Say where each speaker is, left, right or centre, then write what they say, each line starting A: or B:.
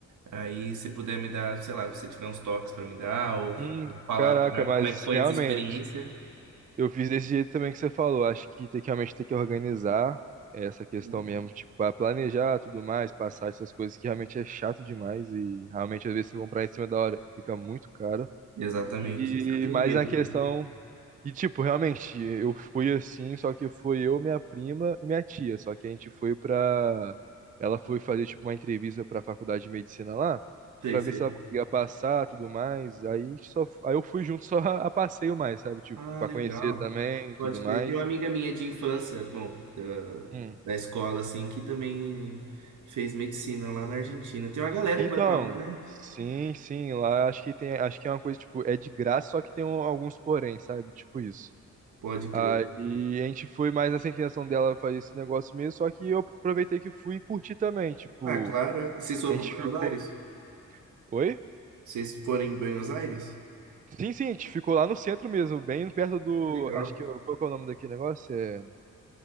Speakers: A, on the right (about 80°); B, on the right (about 30°).
A: Aí se puder me dar, sei lá, se você tiver uns toques pra me dar, ou,
B: Hum,
A: ou falar
B: caraca,
A: pra...
B: mas
A: como é que foi
B: realmente,
A: essa experiência.
B: eu fiz desse jeito também que você falou. Acho que tem que realmente ter que organizar essa questão
A: Uhum.
B: mesmo, tipo, pra planejar tudo mais, passar essas coisas que realmente é chato demais e realmente às vezes você comprar em cima da hora fica muito caro.
A: Exatamente.
B: E
A: Isso que eu tenho
B: mais
A: medo,
B: na questão.
A: né?
B: E, tipo, realmente, eu fui assim, só que foi eu, minha prima e minha tia. Só que a gente foi pra. Ela foi fazer, tipo, uma entrevista pra faculdade de medicina lá,
A: Sei,
B: pra
A: sei.
B: ver se ela conseguia passar tudo mais. Aí a gente só. Aí eu fui junto <laughs> só a, a passeio mais, sabe? Tipo,
A: Ah,
B: pra
A: legal.
B: conhecer também
A: Pode
B: tudo mais.
A: crer. Tem uma amiga minha de infância, bom, da,
B: Hum.
A: da escola, assim, que também fez medicina lá na Argentina. Tem uma galera
B: Então,
A: que vai pra lá, né?
B: sim, sim, lá acho que tem. Acho que é uma coisa, tipo, é de graça, só que tem um- alguns porém, sabe? Tipo isso.
A: Pode crer.
B: Aí a gente foi mais nessa intenção dela fazer esse negócio mesmo, só que eu aproveitei que fui e curti também, tipo,
A: Ah, claro. é. Vocês foram
B: a gente
A: para
B: ficou.
A: Buenos Aires?
B: Oi?
A: Vocês forem em Buenos Aires?
B: Sim, sim, a gente ficou lá no centro mesmo, bem perto do.
A: É Legal.
B: Acho que. eu- Qual que é o nome daquele negócio? É.